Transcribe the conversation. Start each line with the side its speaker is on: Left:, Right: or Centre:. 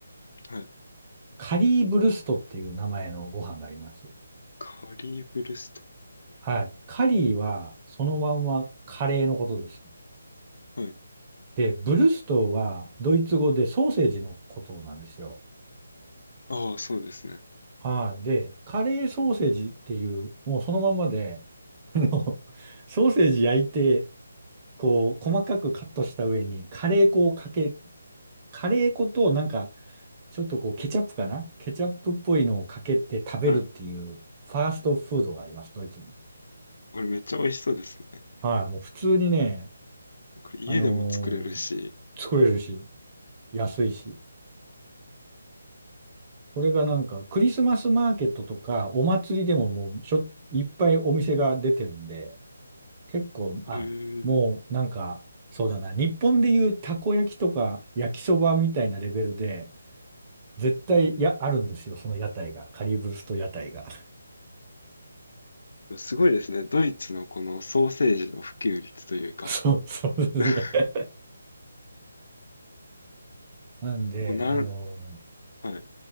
Left: はい。
Right: カリーブルストっていう名前のご飯があります。
Left: カリーブルスト。
Right: はい。カリーはそのまんまカレーのことです。
Left: はい。
Right: で、ブルストはドイツ語でソーセージのことなんですよ。
Left: ああ、そうですね。
Right: はい。で、カレーソーセージっていう、もうそのまんまで、<laughs> あの、ソーセージ焼いて、こう、細かくカットした上に、カレー粉をかけ、カレー粉となんか、ちょっとこう、ケチャップかなケチャップっぽいのをかけて食べるっていう、
Left: はい。
Right: ファーストフードがあります、ドイツに。
Left: これめっちゃ美味しそうですね。
Right: はい。もう普通にね、
Left: これ家でも作れるし。
Right: あのー作れるし、安いし。これがなんか、クリスマスマーケットとか、お祭りでももう、しょ、いっぱいお店が出てるんで、結構、あ、
Left: えー、
Right: もうなんか、そうだな、日本でいうたこ焼きとか焼きそばみたいなレベルで、絶対や、あるんですよ、その屋台が。カリブスト屋台が。<laughs>
Left: すごいですね。ドイツのこのソーセージの普及率というか。
Right: そうそうですね。
Left: <laughs>
Right: なんで、
Left: もうなん、
Right: あの、
Left: はい、